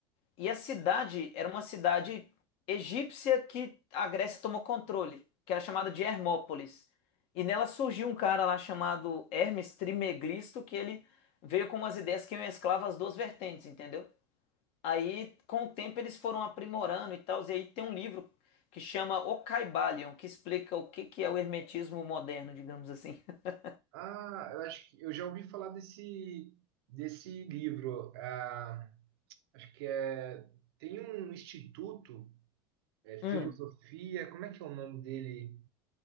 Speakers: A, on the left; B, on the right.
A: E a cidade era uma cidade egípcia que a Grécia tomou controle, que era chamada de Hermópolis. E nela surgiu um cara lá chamado Hermes Trismegisto, que ele veio com umas ideias que mesclavam as duas vertentes, entendeu? Aí, com o tempo, eles foram aprimorando e tal. E aí tem um livro que chama O Caibalion, que explica o que que é o hermetismo moderno, digamos assim. <laughs>
B: Ah, eu acho que eu já ouvi falar desse desse livro. Ah, acho que é tem um instituto É,
A: Hum,
B: filosofia, como é que é o nome dele?